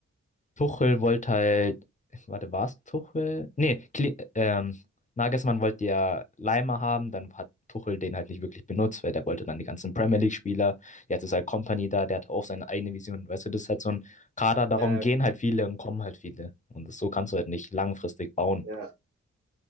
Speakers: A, on the left; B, on the right.
A: Tuchel wollte halt, warte, war es Tuchel? Nee, Kli ähm, Nagelsmann wollte ja Leimer haben, dann hat Tuchel den halt nicht wirklich benutzt, weil der wollte dann die ganzen Premier League-Spieler. Jetzt ist halt Kompany da, der hat auch seine eigene Vision. Weißt du, das ist halt so ein Kader, darum
B: Ja,
A: gehen
B: ja,
A: halt viele und kommen halt viele. Und das, so kannst du halt nicht langfristig bauen.
B: ja.